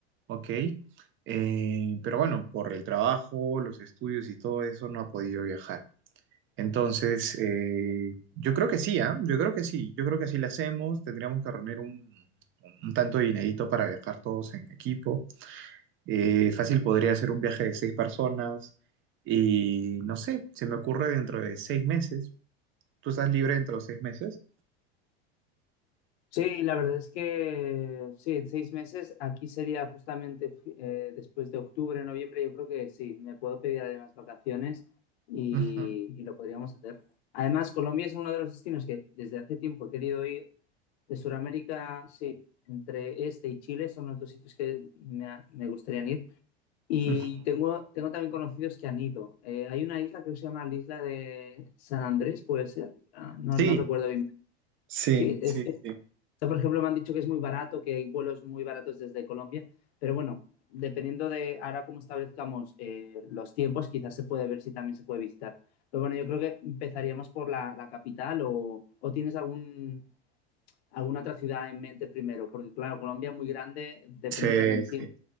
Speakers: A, on the right; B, on the left.
A: ¿ok? Eh, pero bueno, por el trabajo, los estudios y todo eso no ha podido viajar. Entonces, eh, yo creo que sí, ¿ah? Yo creo que sí, yo creo que sí lo hacemos, tendríamos que reunir un, un tanto de dinerito para viajar todos en equipo. Eh, fácil podría ser un viaje de seis personas y no sé, se me ocurre dentro de seis meses. ¿Tú estás libre dentro de seis meses?
B: Sí, la verdad es que sí, seis meses. Aquí sería justamente eh, después de octubre, noviembre. Yo creo que sí, me puedo pedir además vacaciones y,
A: Ujú,
B: y lo podríamos hacer. Además, Colombia es uno de los destinos que desde hace tiempo he querido ir. De Sudamérica, sí, entre este y Chile son los dos sitios que me, ha- me gustaría ir. Y
A: ujú.
B: tengo, tengo también conocidos que han ido. Eh, hay una isla que se llama la isla de San Andrés, puede ser. Ah, no,
A: Sí,
B: no recuerdo bien.
A: sí,
B: Sí,
A: sí,
B: es, o
A: sí.
B: sea, por ejemplo, me han dicho que es muy barato, que hay vuelos muy baratos desde Colombia, pero bueno, dependiendo de ahora cómo establezcamos eh, los tiempos, quizás se puede ver si también se puede visitar. Pero bueno, yo creo que empezaríamos por la, la capital o, o tienes algún, alguna otra ciudad en mente primero, porque claro, Colombia es muy grande, depende
A: Sí,
B: también del tiempo.
A: sí.